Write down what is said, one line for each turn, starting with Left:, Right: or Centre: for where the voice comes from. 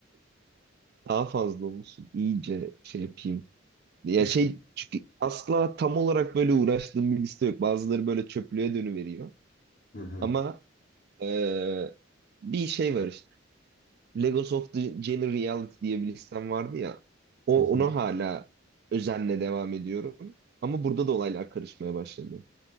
Right: Daha fazla olsun. İyice şey yapayım. Ya
Left: <laughs>
Right: şey çünkü asla tam olarak böyle uğraştığım bir liste yok. Bazıları böyle çöplüğe dönüveriyor.
Left: Hı hı.
Right: Ama eee, bir şey var işte. Legos of the Jane Reality diye bir listem vardı ya. O,
Left: Hı hı.
Right: ona hala özenle devam ediyorum. Ama burada da olaylar karışmaya başladı.